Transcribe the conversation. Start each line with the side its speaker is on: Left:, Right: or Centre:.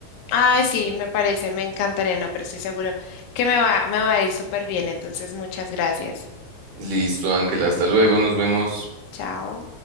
Left: Ay, sí, me parece, me encantaría, no, pero estoy seguro que me va, me va a ir súper bien. Entonces, muchas gracias.
Right: Listo, Ángela. Hasta luego, nos vemos.
Left: Chao.